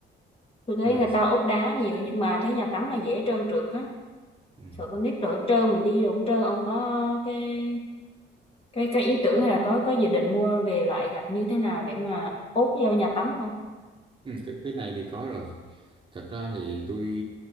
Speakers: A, on the left; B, on the right.
A: tôi thấy
B: với lại
A: người ta ốp đá nhiều nhưng mà thấy nhà tắm là dễ trơn trượt á
B: ừ.
A: sợ con nít đổ trơn mình đi đổ trơn ông có cái cái cái ý tưởng hay là có có dự định mua về loại gạch như thế nào để mà ốp vô nhà tắm không
B: Ừ, cái, cái này thì có rồi thật ra thì tôi